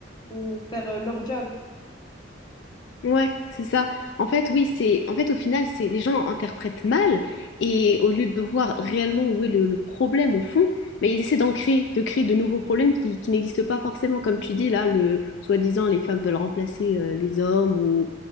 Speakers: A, on the left; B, on the left.
A: ou faire euh, leur job.
B: Ouais, c'est ça. En fait, oui, c'est en fait au final, c'est les gens interprètent mal et au lieu de voir réellement où est le, le problème au fond, mais ils essaient d'en créer, de créer de nouveaux problèmes qui, qui n'existent pas forcément. Comme tu dis là, le soi-disant les femmes veulent remplacer euh, les hommes ou